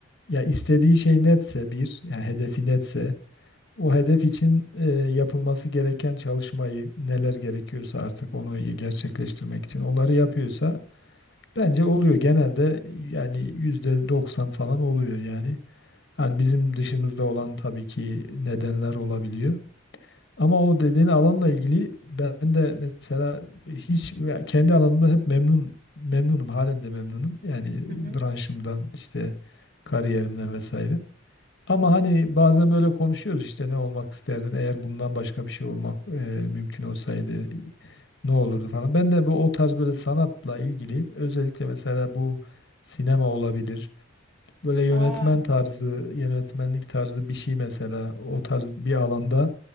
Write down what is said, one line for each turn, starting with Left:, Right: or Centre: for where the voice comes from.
Left: ya istediği şey netse bir yani hedefi netse o hedef için eee, yapılması gereken çalışmayı neler gerekiyorsa artık onu gerçekleştirmek için onları yapıyorsa bence oluyor genelde yani yüzde 90 falan oluyor yani. Yani bizim dışımızda olan tabii ki nedenler olabiliyor. Ama o dediğin alanla ilgili ben de mesela hiç ya kendi alanımda hep memnun memnunum halen de memnunum. Yani branşımdan
Right: Hı hı.
Left: işte kariyerimden vesaire. Ama hani bazen böyle konuşuyoruz işte ne olmak isterdin eğer bundan başka bir şey olmak e, mümkün olsaydı ne olurdu falan. Ben de bu o tarz böyle sanatla ilgili özellikle mesela bu sinema olabilir. Böyle yönetmen
Right: Aa,
Left: tarzı, yönetmenlik tarzı bir şey mesela o tarz bir alanda